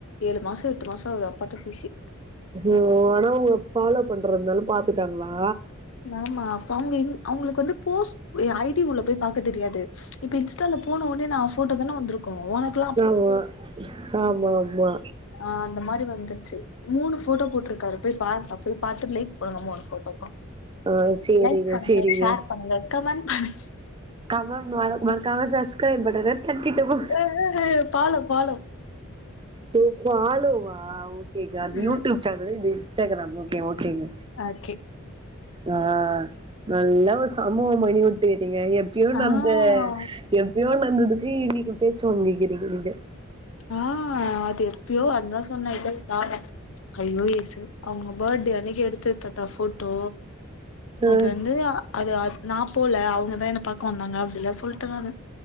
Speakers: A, on the left; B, on the right.
A: ஏழு மாச எட்டு மாச ஆவ்து அப்பாட்ட பேசி
B: தோ ஆனா ஒங்க ஃபாலோ பண்றத்னால பாத்துட்டாங்ளா
A: நாமா அப்ப அவ்ங்க இங் அவ்ங்ளுக் வந்து போஸ்ட் ஏ ஐ டி உள்ள போய் பாக்க தெரியாது இப்ப இன்ஸ்ட்டால போனோ ஒனே நா அவ் ஃபோட்டோ தான வந்துருக்கு ஓனக்
B: நாமா ஆமா அம்மா
A: ஆ அந்த மாரி வந்துர்ச்சு மூணு ஃபோட்டோ போட்ருக்காரு பேய் பார் அப்டே பாத்துட் லைக் பண்ணனு மூணு ஃபோட்டோக்கு
B: ஆ சேரிங்க
A: லைக் பண்ணுங்க
B: சேரிங்க
A: ஷேர் பண்ணுங்க கமெண் பண்ணு
B: கமன் மற மறக்காம சஸ்க்ரைப் பட்டண தட்டிட்டு போ
A: அ அ அ பாலோ பாலோ
B: தோ ஃபாலோவா ஓக்கேங்க அந்த
A: ம்
B: யூடியூப் சேனலு இந்த இன்ஸ்டாகிராமு ஓக்கே ஓக்கேங்க
A: ஓகே
B: அ நல்லா ஒர் சம்பவோ பண்ணிவுட் டுடிங்க எப்பியோ
A: ஆ
B: நட்ந்த எப்பியோ நட்ந்ததுக்கு இன்னிக்கி போய் சொல்லி இருக்கீங்க நீங்க
A: ஆ அது எப்பியோ அத்தா சொன்னே இல்ல <unintelligible> ஐய்யோ ஏசு அவுங்க பட்டே அன்னக்கி எடுத்தது தாத்தா ஃபோட்டோ அவுக்கே
B: ஆ
A: வந்து அது அத் நா போல அவ்ங்கதா என்ன பாக்க வந்தாங்க அப்டில்லா சொல்ட நானு